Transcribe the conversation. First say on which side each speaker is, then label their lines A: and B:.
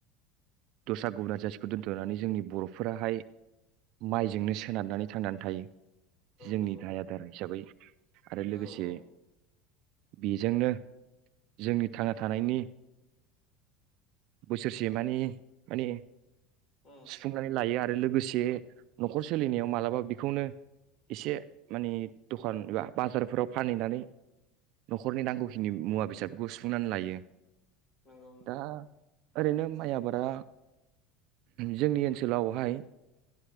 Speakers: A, on the right; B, on the left.
A: दस्रा गुबुना जाथिखौ दोन्थ'नानै जोंनि बर'फोराहाय माइजोंनो सोनारनानै थांनानै थायो । जोंनि
B: नंगौ औ नंगौ
A: गाहाय
B: नोंथां
A: आदार हिसाबै आरो लोगोसे
B: औ औ
A: बेजोंनो जोंनि थांना थानायनि बोसोरसे माने-माने
B: उम
A: सुफुंनानै लायो आ लोगोसे न'खर सोलिनायाव मालाबा बिखौनो एसे माने दखान एबा बाजारफोराव फानहैनानै न'खरनि नांगौखिनि मुवा बेसादफोरखौ सुफुंनानै लायो
B: नोंगौ नोंथां
A: दा ओरैनो माइ आबादा जोंनि ओनसोलावहाय